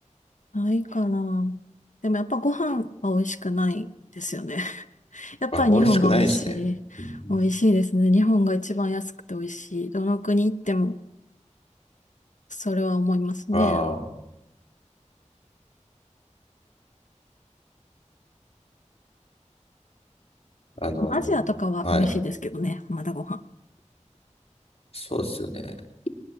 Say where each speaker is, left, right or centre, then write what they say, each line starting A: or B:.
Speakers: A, on the left (about 75°); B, on the left (about 50°).
A: ないかな。でもやっぱご飯は美味しくないですよね。<laughs> やっぱり日本が美味しい。
B: あ、美味しくないですね。うん
A: 美味しいですね。日本が一番安くて美味しい。どの国行ってもそれは思いますね。
B: ああ、あの、
A: アジアとかは美味しいですけどね。
B: はい。
A: まだご飯。
B: そうですよね。